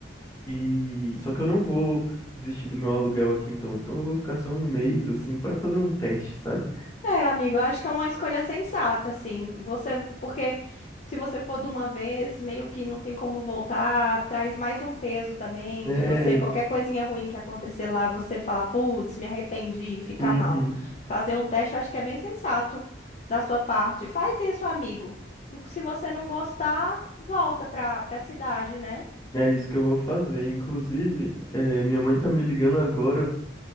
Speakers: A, on the left; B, on the left.
A: E só que eu não vou desistir do meu aluguel aqui então. Então eu vou ficar só um mês assim para fazer um teste, sabe?
B: É, amigo, eu acho que é uma escolha sensata, assim. Você, porque se você for de uma vez, meio que não tem como voltar, traz mais um peso também
A: É,
B: de você, qualquer coisinha ruim que acontecer lá, você falar, putz, me arrependi, fica
A: uhum,
B: mal. Fazer um teste, eu acho que é bem sensato da sua parte. Faz isso, amigo. E se você não gostar, volta pra, pra cidade, né?
A: é isso que eu vou fazer. Inclusive, é, minha mãe tá me ligando agora